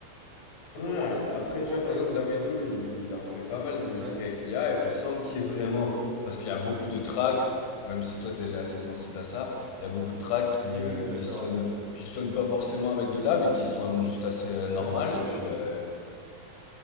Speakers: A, on the right; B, on the left.
A: Ce qui
B: Ouais,
A: nous rend, et puis
B: après,
A: ce qui nous rend
B: tu vois,
A: quand
B: par
A: même.
B: exemple, Dawido, il en fait pas mal des musiques
A: Ouais.
B: avec l'IA, et puis sans qu'il y ait vraiment. Parce qu'il y a beaucoup de tracks, même si toi t'es assez sensible à ça, il y a beaucoup de tracks qui,
A: Oui, oui,
B: euh,
A: oui,
B: qui
A: d'accord,
B: sonnent,
A: oui.
B: qui sonnent pas forcément avec de l'IA, mais qui sont juste assez euh, normales,
A: Oui, oui, je suis d'accord,
B: et puis.
A: je
B: euh,
A: suis d'accord.